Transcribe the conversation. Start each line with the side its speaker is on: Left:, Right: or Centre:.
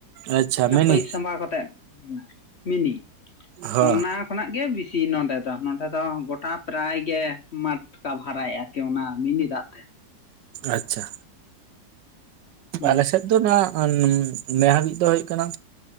Right: ᱟᱪᱪᱷᱟ ᱢᱤᱱᱤ
Left: ᱯᱟᱹᱭᱤᱯ ᱥᱟᱸᱵᱟᱣ ᱠᱟᱛᱮ ᱢᱤᱱᱤ
Right: ᱦᱚᱸ
Left: ᱚᱱᱟᱼᱼ ᱠᱷᱚᱱᱟᱜ ᱜᱮ ᱵᱤᱥᱤ ᱱᱚᱰᱮ ᱫᱚ ᱱᱚᱰᱮ ᱫᱚ ᱜᱚᱴᱟ ᱯᱨᱟᱭ ᱜᱮ ᱢᱟᱴ ᱠᱟᱵᱷᱟᱨᱟᱭᱼᱟ ᱟᱨᱠᱤ ᱚᱱᱟ ᱢᱤᱱᱤ ᱫᱟᱜ ᱛᱮᱼ
Right: ᱟᱪᱪᱷᱟ
Left: ᱦᱩᱸ
Right: ᱟᱞᱮ ᱥᱮᱫᱼᱼ ᱫᱚ ᱱᱚᱣᱟ ᱱᱮ ᱦᱟᱹᱵᱤᱡ ᱫᱚ ᱦᱩᱭᱩᱜ ᱠᱟᱱᱟ